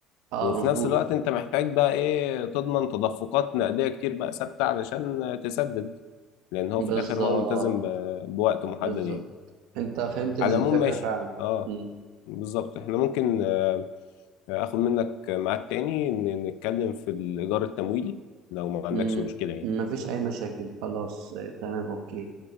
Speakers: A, on the right (about 85°); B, on the left (about 90°).
A: اه
B: وفي
A: مظبوط
B: نفس الوقت أنت محتاج بقى إيه تضمن تدفقات نقدية كتير بقى ثابتة علشان تسدد لأن هو
A: بالظبط
B: في الآخر هو ملتزم ب... بوقت محدد
A: بالظبط
B: يعني
A: انت فهمت الفكرة
B: على العموم ماشي
A: فعلا
B: اه
A: امم
B: بالظبط احنا ممكن آه، آه، اخد منك ميعاد تاني ن- نتكلم في الإدار التمويلي لو ما عندكش
A: امم
B: مشكلة يعني
A: مفيش اي مشاكل خلاص آه، تمام اوكي